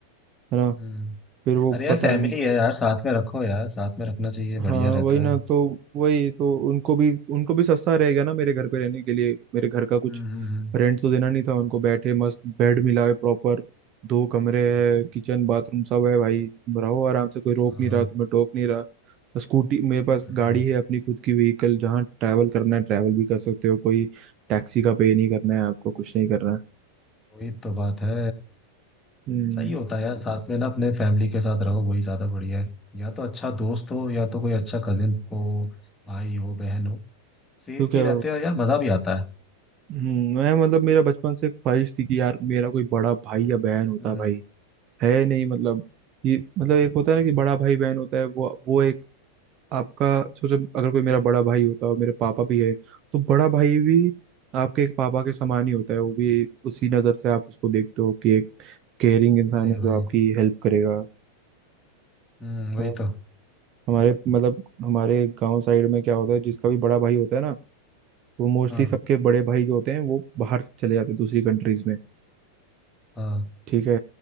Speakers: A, on the right (about 35°); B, on the left (about 15°).
A: है ना
B: हम्म।
A: फिर वो
B: अरे यार
A: पता
B: फैमिली
A: न-
B: है यार साथ में रखो यार साथ में रखना चाहिए
A: हाँ
B: बढ़िया रहता
A: वही ना
B: है
A: तो वही तो उनको भी उनको भी सस्ता रहेगा ना मेरे घर पे रहने के लिए मेरे घर का कुछ
B: हम्म हम्म हम्म,
A: रेंट तो देना नहीं था उनको बैठे मस्त बेड मिला है प्रॉपर दो कमरे है किचन बाथरूम सब है भाई तुम रहो आराम से कोई रोक
B: हाँ
A: नहीं रहा तुम्हें टोक नहीं रहा स्कूटी मेरे पास
B: हम्म
A: गाड़ी
B: हम्म,
A: है अपनी खुद की व्हीकल जहाँ ट्रैवल करना है ट्रैवल भी कर सकते हो कोई टैक्सी का पे नहीं करना है आपको कुछ नहीं करना है
B: वही तो बात है
A: हम्म
B: सही होता है यार साथ में ना अपने फैमिली के साथ रहो वही ज्यादा बढ़िया है या तो अच्छा दोस्त हो या तो कोई अच्छा कजिन हो भाई हो बहन हो सेफ
A: तो
B: भी
A: क्या
B: रहते हो यार मजा भी आता है
A: हम्म मैं मतलब मेरा बचपन से ख्वाहिश थी कि यार मेरा कोई बड़ा भाई या बहन होता
B: हम्म
A: भाई है नहीं मतलब ये मतलब एक होता है ना कि बड़ा भाई बहन होता है वो वो एक आपका सोचो अगर कोई मेरा बड़ा भाई होता है और मेरे पापा भी है तो बड़ा भाई भी आपके एक पापा के समान ही होता है वो भी उसी नज़र से आप उसको देखते हो कि एक केयरिंग इंसान
B: वही
A: है
B: वही
A: जो आपकी हेल्प करेगा
B: हम्म वही
A: हाँ,
B: तो
A: हमारे मतलब हमारे गांव साइड में क्या होता है जिसका भी बड़ा भाई होता है ना तो मोस्टली
B: हाँ
A: सबके बड़े भाई जो होते हैं वो बाहर चले जाते हैं दूसरी कंट्रीज में
B: हाँ
A: ठीक है